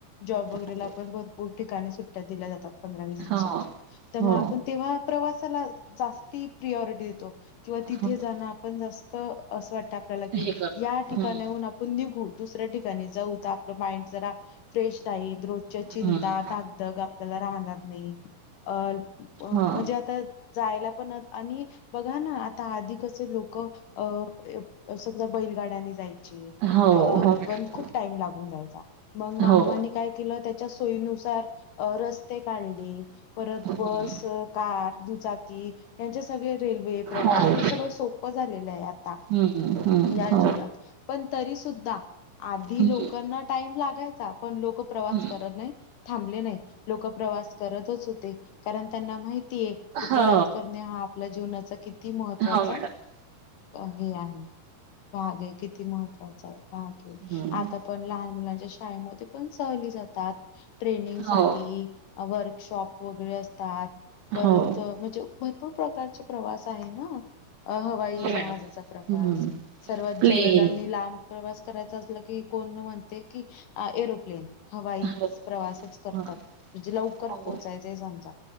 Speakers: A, on the left; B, on the right.
A: जॉब वगैरेला
B: हो
A: पण भरपूर ठिकाणी सुट्ट्या दिल्या जातात पंधरा वीस दिवसाच्या
B: हो
A: तर
B: हो
A: मग आपण तेव्हा प्रवासाला जास्ती प्रियरिटी देतो किंवा तिथे
B: हो
A: जाणं आपण जास्त असं वाटाय आपल्याला की
B: हे करतो
A: या ठिकाणाहून
B: हम्म
A: आपण निघू दुसऱ्या ठिकाणी जाऊ तर आपलं माइंड जरा फ्रेश डाईट रोजच्या चिंता
B: हम्म
A: धागधग आपल्याला राहणार नाही अ अ
B: हो
A: म्हणजे आता जायला पण आणि बघा ना आ आता अधिक अस लोक अ समजा बैलगाड्याने जाईन अ
B: हो हो मॅडम
A: पण खूप टाईम लागुन जायचा मग मानवाने
B: हो
A: काय तिला त्याच्या सोयीनुसार रस्ते काढले परत
B: हम्म
A: बस कार दुचाकी यांच्या सगळे रेल्वे प्रवास
B: हो
A: हे सगळं सोप झालेलं आहे आता
B: हम्म हम्म
A: या
B: हो
A: जीवनात पण तरी सुुद्धा आधी
B: हम्म
A: लोकांना टाईम लागायचा पण लोक प्रवास
B: हम्म
A: करत नाहीत थांबले नाही. लोक प्रवास करतच होते कारण त्यांना माहित ती की प्रवास
B: हो
A: करणे हा आपल्या जीवनाचा किती म हत्वाचा
B: हो मॅडम
A: हे आहे. भाग ये किती महत्वाचा ये भाग ये
B: हम्म.
A: आता पण लहान मुलांच्या शिक शाळेमध्ये पण सहली जातात ट्रेनिंग
B: हो,
A: साठी वर्कशॉप वगैरे असतात परत
B: हो. हो
A: अ म्हणजे भरपूर प्रकारचे प्रवास आहे न अ हवाई जहाजाचा
B: मॅडम.
A: प्रकाश
B: हं.
A: सर्वात
B: प्लेन.
A: जलद आणि लांब प्रवास करायचा असलं की कोण म्हणते की अ एरोप्लेन हवाई
B: हो.
A: प्रवासच करतात
B: हां.
A: म्हणजे लवकर
B: हो.
A: पोहोचायचंय समजा